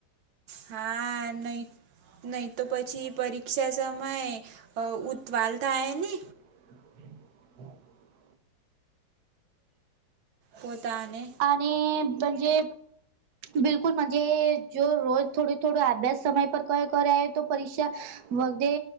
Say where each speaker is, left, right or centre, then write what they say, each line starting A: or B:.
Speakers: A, on the right; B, on the right.
A: હા, નઈ. નઈ તો પછી પરીક્ષા સમયે અ ઉતવાલ થાય ને
B: <inaudible>
A: પોતાને.
B: અને બજે બિલકુલ મજે જો રોજ થોડો થોડો આભ્યાસ સમય પર કયો કરાયો તો પરીક્ષા વગે